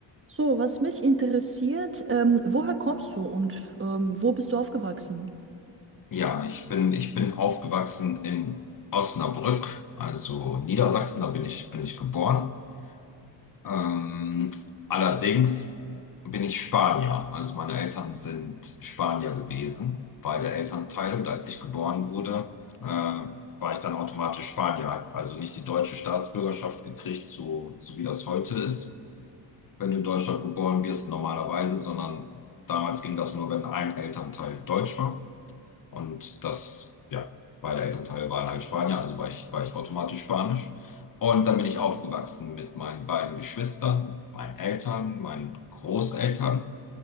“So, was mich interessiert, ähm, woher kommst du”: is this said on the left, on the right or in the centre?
Right